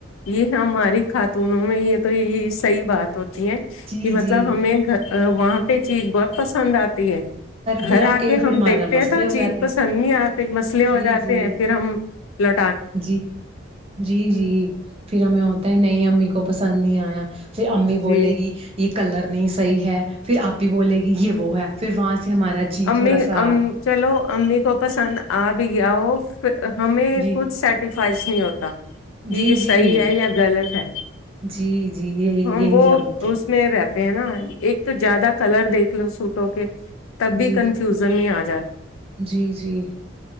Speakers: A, on the left; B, on the right.
A: یہ ہماری خاتونوں میں یہ تو یہ صحیح بات توتی ہے
B: جی
A: کہ مطلب
B: جی
A: ہمیں وہاں پہ چیز بہت پسند آتی
B: پہ
A: گھر آ کے
B: پھر
A: ہم
B: ہمارے
A: دیکھتے
B: ساتھ مسئلے
A: ہیں تو
B: ہو جاتے
A: چیز پسند
B: ہیں
A: نہیں آتی مسئلے ہو
B: جی
A: جاتے
B: جی
A: ہیں پھر ہم لو
B: جی جی جی پھر ہمیں ہوتا ہے نہیں ہم کو پسند نہیں آیا پ امی بولے
A: جی
B: گی یہ کلر نی صحیح ہے پھر آپ ہی بولے گی یہ وہ ہے پھر وہاں سے ہمارا جی
A: امی
B: تھوڑا سا
A: چلو امی کو پسند آ بیاں ہمیں
B: جی
A: خود سیٹیفائز نہیں ہوتا کہ
B: جی
A: یہ
B: جی
A: صحیح ہے یا غلط ہے
B: جی جی یہی
A: ہم
B: یہی
A: وہ
B: سب ہوتے ہیں
A: اس میں رہتا نا ایک تو زیادہ کلر دیکھ لو سوٹوں کے تب بھی
B: جی
A: کنفیوزن میں آ ج
B: جی جی